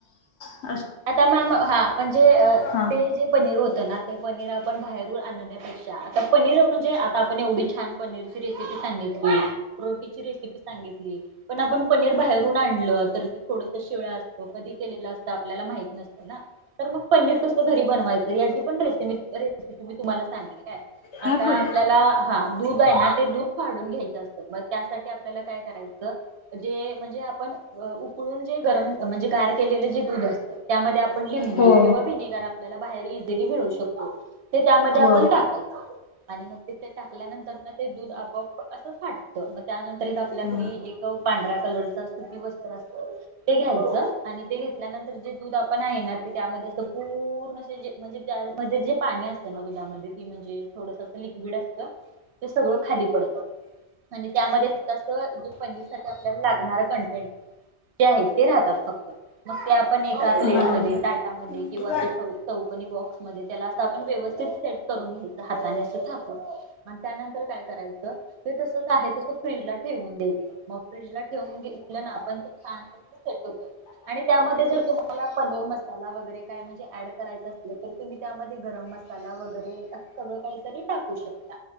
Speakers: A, on the left; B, on the right.
A: अ
B: आता मॅम हा म्हणजे
A: हां
B: ते जे पनीर होतं ना ते पनीर आपण बाहेरून आणण्या अच्छा आता पनीर म्हणजे आता आपण एवढी छान पनीरची रेसिपी सांगितली रोटीची रेसिपी सांगितली पण आपण पनीर बाहेरून आणलं तर थोडस शिळ असतो कधी केलेलं असत आपल्याला माहित नसत ना तर मग पनीर कसं घरी बनवायचं याची पण रेसि रेसिपी मी तुम्हाला सांगेल. <unintelligible> आता
A: हाय पुढं
B: आपल्याला हा दूध आहे ना ते दूध फाडून घ्यायचे असतं मग त्यासाठी आपल्याला काय करायचं जे म्हणजे आपण उकळून जे गरम म्हणजे गार केलेलं जे दूध असत. त्यामध्ये आपण लिंबू
A: हो
B: किंवा विनेगर आपल्याला बाहेर इजिली मिळू शकतो तर त्यामध्ये
A: हो
B: पण टाकायच आणि मग ते टाकल्यानंतर ते दूध आपोआप असं फाटत मग त्यानंतर आपल्या
A: हो
B: घरी एक पांढऱ्या कलरच सुती वस्त्र असत ते घ्यायचं आणि ते घेतल्यानंतर जे दूध आपण आहे ना ते त्यामध्ये अस पूर्ण अस जे म्हणजे त्यामध्ये जे पाणी असतं ना दुधामध्ये म्हणजे थोडस असं लिक्विड असत ते सगळं खाली पडतं म्हणजे त्यामध्ये फक्त अस जे पनीर साठी आपल्याला लागणार कंटेंट जे आहेत ते राहतात फक्त मग ते आपण एका प्लेट
A: हा.
B: मध्ये, टाटा मध्ये किंवा
A: ते
B: चौकनी बॉक्स मध्ये त्याला अस आपण व्यवस्थित सेट करु हातानं असं थापून त्यानंतर काय करायचं ते तसच आहे तस फ्रीज ला ठेवून द्यायचं, मग फ्रीजला ठेवून घेतलं ना आपण छान पैकी सेट होतं आणि त्यामध्ये जर तुम्हाला निर मसाला वगैरे काय म्हणजे ऍड करायं असलं तर तुम्ही त्या गरम मसाला वगैरे अस सगळ कातरी टाकू शकता